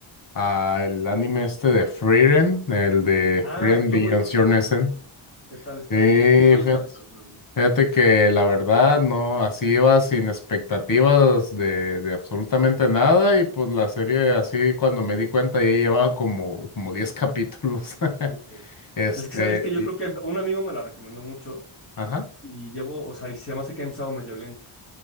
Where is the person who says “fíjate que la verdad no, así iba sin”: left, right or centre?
Left